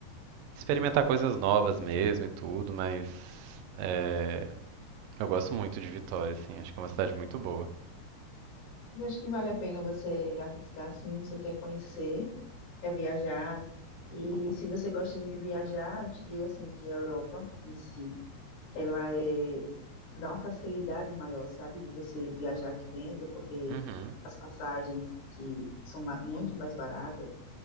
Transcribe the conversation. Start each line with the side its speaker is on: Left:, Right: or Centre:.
Right: experimentar coisas novas mesmo e tudo, mas é, eu gosto muito de Vitória, assim. Acho que é uma cidade muito boa.
Left: eu acho que vale a pena você arriscar, sim, você quer conhecer, quer viajar. E se você gosta de viajar, eu te digo assim que a Europa em si, ela é, dá uma facilidade maior, sabe, de você viajar aqui dentro, porque
Right: Uhum.
Left: as passagens de, são ma- muito mais baratas.